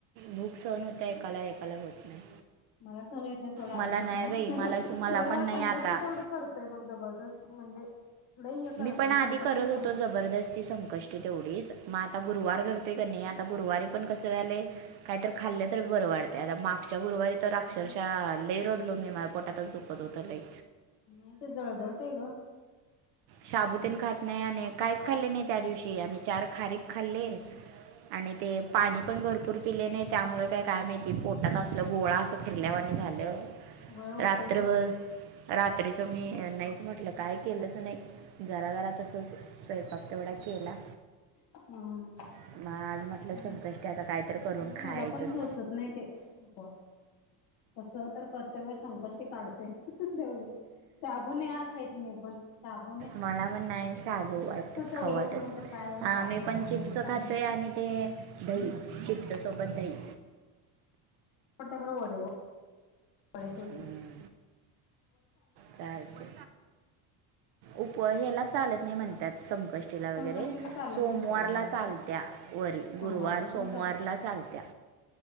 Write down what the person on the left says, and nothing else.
मला य नाही सोडं आधीपासूनच
तर
संकष्ट
तेवढी करतोय बघ जबरदस्त म्हणजे लई हे करत
नाही
संकष्टी
तेवढंच.
हो.
होय
नाही.
नाही ते जळजळतय ग काय
समजत
हा
हा.
होय होतय
ते.
हम्म
नाही
मला पण सोचत नाही तेपोस कस तर करत व संकष्टी काढते तेवढी शाबूनून आ खायत मी पण हब
तेवढंच
नाही तर काय शाबू
वडा
काय
नाही.
हो फेरने
संकष्टीला
चालत
नाही वरी होय.
सोमवारला
तेन
चालतंय.